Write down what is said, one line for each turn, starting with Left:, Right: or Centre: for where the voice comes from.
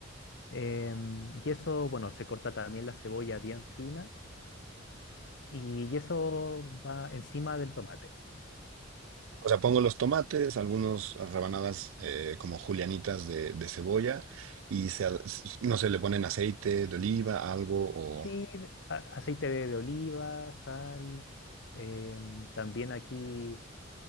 Left: eh, y eso, bueno, se corta también la cebolla bien fina. Y, y eso va encima del tomate.
Right: O sea, pongo los tomates, algunas rebanadas eh, como julianitas de, de cebolla y se, no sé, le ponen aceite de oliva, algo o,
Left: Sí, de- a- aceite de, de oliva, sal. eh, también aquí